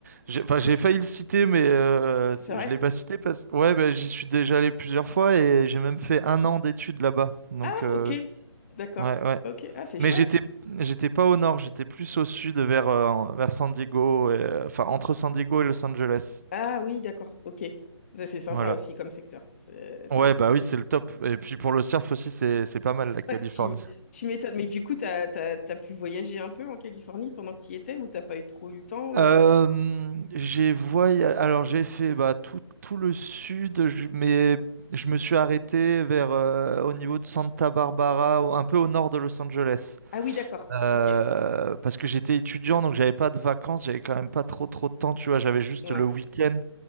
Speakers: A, on the right (about 35°); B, on the left (about 30°).
A: j'ai enfin j'ai failli le citer, mais euh, c'est-
B: c'est vrai.
A: je l'ai pas cité parce que ouais, bah, j'y suis déjà allé plusieurs fois et j'ai même fait un an d'études là-bas. Donc
B: Ah,
A: euh,
B: ok, d'accord.
A: ouais, ouais.
B: Ok, ah, c'est
A: Mais
B: chouette.
A: j'étais j'étais pas au nord, j'étais plus au sud vers euh, vers San Diego, et, euh, enfin entre San Diego et Los Angeles.
B: Ah oui, d'accord, ok. Ça, C'est sympa
A: Voilà.
B: aussi comme secteur. C'est c'est
A: Ouais,
B: très
A: bah oui, c'est le top. Et puis pour le surf aussi, c'est c'est pas mal la Californie.
B: Ouais, tu m- tu m'étonnes. Mais du coup, t'as, t'as, t'as pu voyager un peu en Californie pendant que tu y étais ou t'as pas eu trop eu le temps ou...
A: Euh, j'ai voya- Alors j'ai fait bah, tout, tout le sud, je- mais je me suis arrêté vers euh, au niveau de Santa Barbara, au- un peu au nord de Los Angeles,
B: Ah oui, d'accord.
A: Euh,
B: Ok.
A: parce que j'étais étudiant, donc j'avais pas de vacances, j'avais quand même pas trop trop de temps, tu vois, j'avais juste
B: Ouais.
A: le week-end.